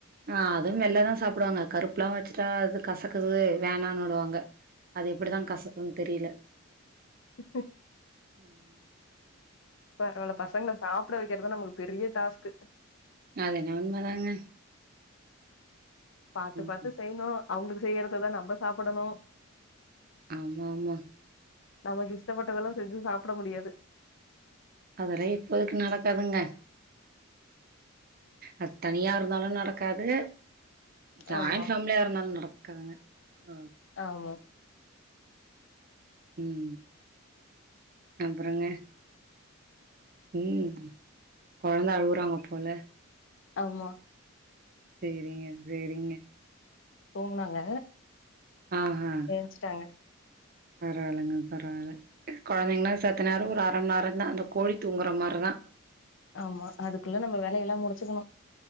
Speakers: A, on the right; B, on the left.
A: ஆ அதும் வெள்ள தா சாப்பிடுவாங்க கருப்புலா வச்சுட்டா அது கசக்குது வேணானு டுவாங்க அது எப்டிதா கசக்குனு தெரியல
B: ம்ஹ்ம்
A: ம்ம்ம்
B: பரவால்ல பசங்கள சாப்பிட வக்கிறது நமக்கு பெரிய டாஸ்க்கு
A: அது என்ன உண்ம தாங்க
B: பாத்து
A: ம்
B: பாத்து செய்யணு அவுங்களுக்கு செய்றதுதா நம்ம சாப்பிடணு
A: ஆமாமா
B: நமக்கு இஷ்டப்பட்டதெல்லா செஞ்சு சாப்ட முடியாது
A: அதெல்லா இப்போதைக்கு நடக்காதுங்க அது தனியா இருந்தாலு நடக்காது ஜாயின்
B: ஆமா
A: ஃபேமிலியா இருந்தாலு நடக்காதுங்க கா
B: ஆமா
A: ம் அப்பறோங்க ம் கொழந்த அழுவுறாங்க போல
B: ஆம்மா
A: சேரிங்க சேரிங்க
B: தூங்குனாங்க
A: ஆ ஹா
B: எஞ்ச்சுட்டாங்க
A: பரவால்லங்க பரவால்ல கொழந்தைங்கன்னா செத்த நேரோ ஒரு அர மண் நேரோதா அந்த கோழி தூங்குற மாரிதா
B: ஆமா அதுக்குள்ள நம்ம வேலையெல்லா முடிச்சுக்கணு